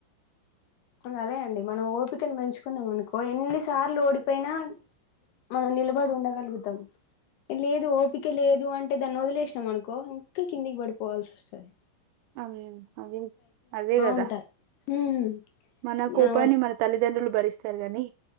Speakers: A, on the left (about 70°); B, on the right (about 85°).
A: అదే అండి మనం ఓపికను పెంచుకున్నాం అనుకో ఎన్నిసార్లు ఓడిపోయినా మనం నిలబడి ఉండగలుగుతాం లేదు ఓపిక లేదు అంటే అంటే దాన్ని వదిలేసినాం అనుకో ఇంకా కిందికి పడిపోవాల్సి వస్తుంది
B: అ అదే అదే కదా
A: ఉంటా హ్మ్
B: మన కోపాన్నీ
A: అవును
B: మనం తల్లిదండ్రులు భరిస్తారు కానీ